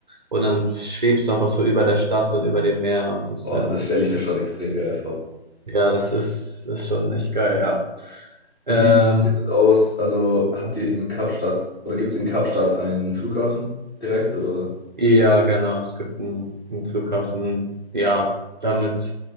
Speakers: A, on the right; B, on the left.
A: und dann schwebst du einfach so über der Stadt und über dem Meer und das
B: Oh,
A: ist halt,
B: das stelle ich mir schon extrem geil vor.
A: ja, das ist, das ist schon echt geil, ja.
B: Und
A: Ähm,
B: wie sieht das aus? Also habt ihr in Kapstadt oder gibt es in Kapstadt einen Flughafen direkt oder?
A: Ja, genau. Es gibt einen, einen Flughafen. Ja, damit